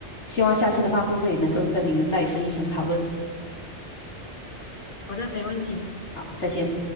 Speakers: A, on the left (about 80°); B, on the left (about 45°).
A: 希望下次的发布会能够跟您有再深一层的讨论。
B: 好的，没问题。
A: 好，再见。